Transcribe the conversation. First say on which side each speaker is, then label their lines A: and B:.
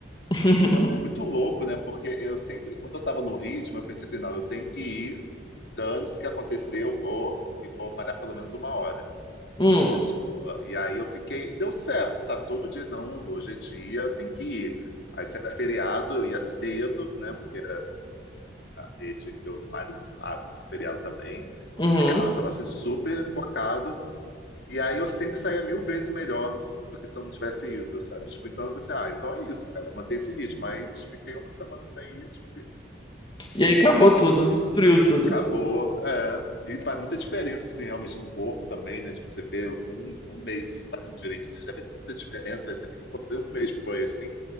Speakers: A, on the left (about 25°); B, on the left (about 70°).
A: <laughs>
B: foi muito louco, né? Porque eu sempre, quando eu estava no ritmo, eu pensei assim, não, eu tenho que ir, dane-se o que acontecer, eu vou e vou malhar pelo menos uma hora.
A: Hum,
B: Né? Tipo, e aí eu fiquei, deu certo, sabe? Todo dia, não, hoje é dia, tem que ir. Aí se era feriado, eu ia cedo, né? Porque a rede que o Mário abre seriado também.
A: uhum.
B: E ficava, tava assim super focado. E aí eu sempre saía mil vezes melhor do que se eu não tivesse ido, sabe? Tipo, então eu falei assim, ah, então é isso, cara, manter esse ritmo. Mas fiquei uma semana sem ir, tipo assim,
A: E aí acabou tudo, destruiu tudo.
B: acabou. É. E faz muita diferença, assim, realmente no corpo também, né? Tipo, você vê um, um mês fazendo direitinho, você já vê tanta diferença, aí você fica, pô, se um mês foi assim,